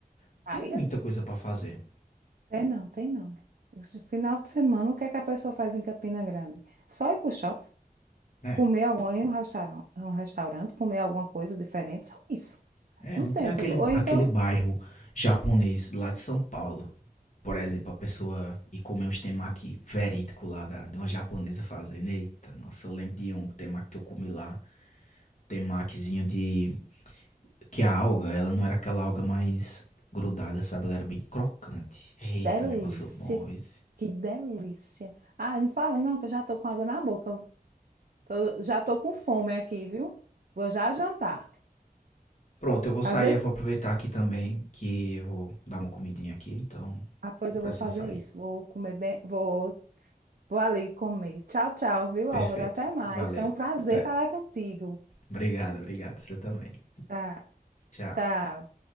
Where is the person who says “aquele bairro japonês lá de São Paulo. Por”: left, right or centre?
Left